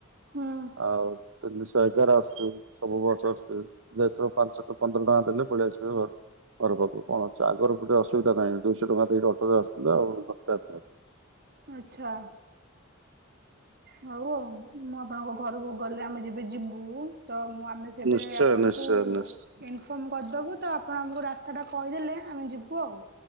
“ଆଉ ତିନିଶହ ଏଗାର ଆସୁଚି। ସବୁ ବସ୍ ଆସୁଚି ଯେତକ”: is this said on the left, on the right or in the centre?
Right